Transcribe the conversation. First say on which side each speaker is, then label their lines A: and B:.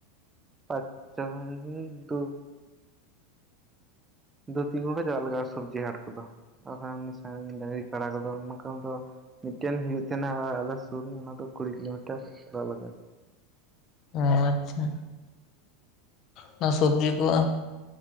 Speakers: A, on the right; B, on the left.
A: ᱟᱪᱪᱷᱟ ᱦᱩᱸ ᱦᱩᱸ ᱫᱩ ᱫᱩ ᱛᱤᱱ ᱜᱚᱴᱟᱝ ᱪᱟᱞᱟᱜ ᱞᱟᱜᱟᱜᱼᱟ ᱥᱚᱵᱽᱡᱤ ᱦᱟᱴ ᱠᱚᱫᱚ ᱟᱨ ᱥᱟᱺᱜᱤᱧ ᱠᱟᱲᱟ ᱠᱚ ᱫᱚ ᱢᱤᱫᱴᱮᱱ ᱦᱩᱭᱩᱜᱭᱳ ᱛᱟᱦᱮᱱᱟ ᱟᱞᱮ ᱥᱩᱨ ᱨᱮ ᱚᱱᱟ ᱫᱚ ᱠᱩᱲᱤ ᱠᱤᱞᱳᱢᱤᱴᱟᱨ ᱪᱟᱞᱟᱜ ᱞᱟᱜᱟᱜᱼᱟ᱾
B: ᱚᱻ ᱟᱪᱪᱷᱟ ᱚᱱᱟ ᱥᱚᱵᱡᱤ ᱠᱚ